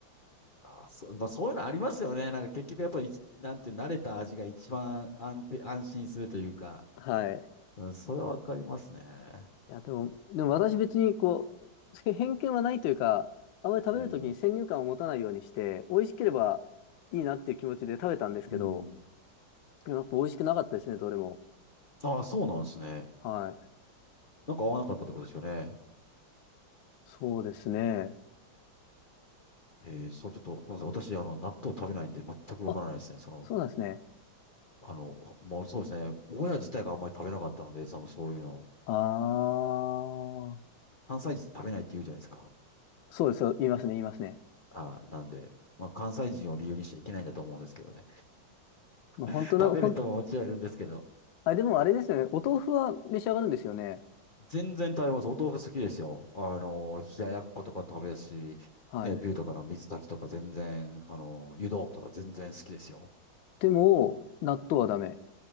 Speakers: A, on the left; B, on the left.
A: ああ、そう、まあ、そういうのありますよね。なんか結局やっぱり、なんて慣れた味が一番安定、安心するというか、
B: はい。
A: うん、それはわかりますね。
B: いや、でも、でも私別にこう、偏見はないというか、あまり食べるときに先入観を持たないようにして、
A: うん。
B: 美味しければいいなっていう気持ちで食べたんですけど、
A: うん。
B: でもやっぱ美味しくなかったですね、どれも。
A: ああ、そうなんですね。
B: はい。
A: なんか合わなかったってことですよね。
B: そうですね。
A: えー、そう、ちょっと、ごめんなさい。私、あの、納豆食べないんで、全くわからないですね。
B: あ、
A: その、
B: そうなんですね。
A: あの、もうそうですね。親自体があんまり食べなかったので、その、そういうの。
B: あー。
A: 関西人食べないって言うじゃないですか。
B: そうですよ。言いますね、言いますね。
A: あー、なんで、まあ、関西人を理由にしちゃいけないんだと思うんですけどね。
B: もう本当な、
A: <laughs> 食べる人ももちろんいるんですけど、
B: ほん。あ、でもあれですよね。お豆腐は召し上がるんですよね。
A: 全然食べます。お豆腐好きですよ。あの、冷ややっことか食べるし、
B: はい。
A: ね、ビューとかの水炊きとか全然、あの、湯豆腐とか全然好きですよ。
B: でも、納豆はダメ。